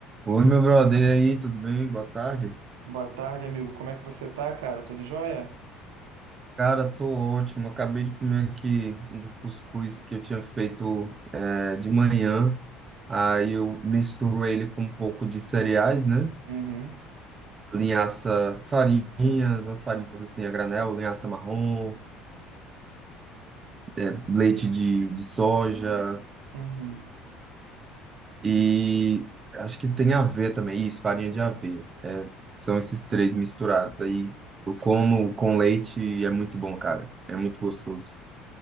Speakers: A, on the right (about 30°); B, on the right (about 75°).
A: Oi, meu brother, e aí, tudo bem? Boa tarde.
B: Boa tarde, amigo. Como é que você tá, cara? Tudo jóia?
A: Cara, tô ótimo. Acabei de comer aqui um cuscuz que eu tinha feito eh, de manhã. Aí eu misturo ele com um pouco de cereais, né?
B: Uhum,
A: Linhaça, farinha, umas farinhas assim a granel, linhaça marrom, eh, leite de, de soja
B: uhum.
A: e acho que tem aveia também, isso, farinha de aveia. São esses três misturados. Aí eu como com leite e é muito bom, cara. É muito gostoso.